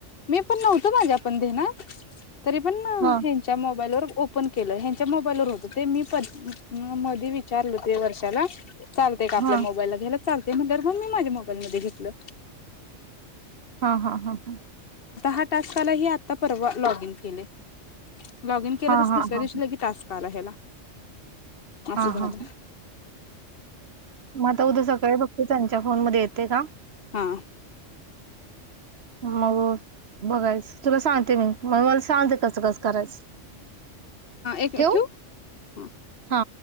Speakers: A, on the left (about 50°); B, on the right (about 55°).
A: मी पण नव्हतं माझ्या पण धेनात. तरी पण
B: हां
A: हेनच्या मोबाईलवर ओ मी केलं हेनच्या मोबाईलवर होत तेनी पन मधी विचारल होत हे वर्षाला चालतय का आपल्या
B: हां
A: मोबाईलला घ्यायला चालतय म्हणल्यावर म मी माझ्या मोबाईल मध्ये घीतलं
B: हा हा हा हा
A: हा टास्क मला ही आता परवा लॉग इन केले लॉगिन केलं
B: हां
A: तसं
B: हां
A: दुसऱ्या
B: हां
A: दिवशी लगी टास्क काला हेला अस
B: हां
A: झाल
B: हां
A: मग
B: मग आता उद्या सकाळी बघते त्यांच्या फोन मध्ये येतय का
A: हा
B: मग बघायच तुला सांगते मी मगलस सांग ते कसं कसं करायच
A: हा एक
B: ठेवू
A: हा
B: हा